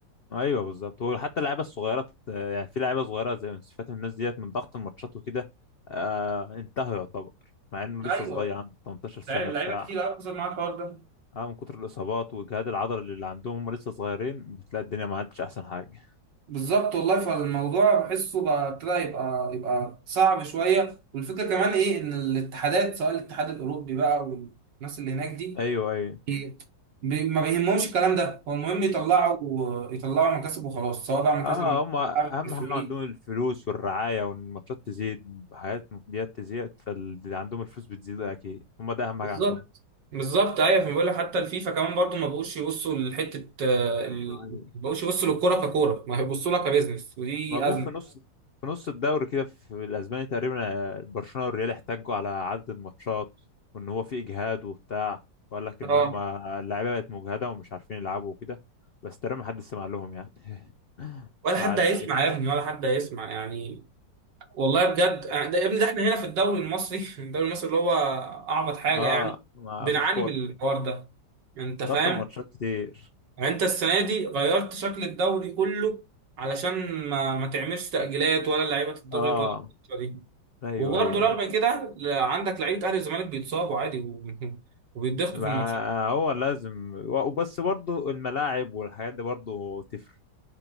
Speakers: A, on the left; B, on the right.
A: ايوه بالظبط وحتى اللعيبه الصغيره بت- يعني في لعيبه صغيره زي يونس فاتي الناس ديت من ضغط الماتشات وكده آه انتهى يعتبر مع انه
B: ايوه
A: لسه صغير عنده 18 سنه
B: لعيبه لعيبة
A: بتاع
B: كتير قوي حصل معاها الحوار ده
A: اه من كتر الاصابات والجهاد العضلي اللي عندهم هم لسه صغيرين بتلاقي الدنيا ما عادش احسن حاجه
B: بالظبط والله فالموضوع بحسه بقى ابتدى يبقى يبقى صعب شويه والفكره كمان ايه ان الاتحادات سواء الاتحاد الاوروبي بقى والناس اللي هناك دي
A: ايوه ايوه
B: إيه، بي- ما بيهمهمش الكلام ده هو المهم يطلعوا يطلعوا مكاسب وخلاص سواء بقى مكاسب
A: اه هم اهم
B: أعمل تسويق.
A: حاجه عندهم الفلوس والرعايه والماتشات تزيد حاجات ديت تزيد فاللي عندهم الفلوس بتزيد اكيد هم ده اهم
B: بالظبط
A: حاجه عندهم
B: بالظبط ايوه فبقول لك حتى الفيفا كمان برضو ما بقوش يبصوا لحته آه،
A: ايوه
B: ال-
A: ايوه
B: ما بقوش يبصوا للكوره ككوره ما هيبصوا لها كبزنس ودي
A: ما جم
B: ازمه
A: في نص في نص الدوري كده في الاسباني تقريبا آه، برشلونه والريال احتجوا على عدد الماتشات وان هو في اجهاد وبتاع وقال لك
B: اه
A: ان هم اللعيبه بقت مجهده ومش عارفين يلعبوا وكده بس تقريبا محدش سمع لهم يعني <laughs>
B: ولا حد
A: بعد
B: هيسمع يا ابني ولا حد هيسمع يعني والله بجد آه، ده يا ابني ده احنا هنا في الدوري المصري <laughs> الدوري المصري اللي هو اعبط حاجه
A: اه
B: يعني
A: ما
B: بنعاني
A: فيش كورة
B: من الحوار ده انت فاهم
A: ضغط الماتشات كتير
B: يعني انت السنه دي غيرت شكل الدوري كله علشان ما ما تعملش تاجيلات ولا اللعيبه تتضغط
A: اه
B: ولا القصة دي
A: ايوه
B: وبرضه
A: ايوه
B: رغم
A: ايوه
B: كده ل- عندك لعيبه اهلي والزمالك بيتصابوا عادي و- <laughs> وبيتضغطوا
A: ما
B: في الماتشات
A: هو لازم و- وبس برضو الملاعب والحاجات دي برضو تفرق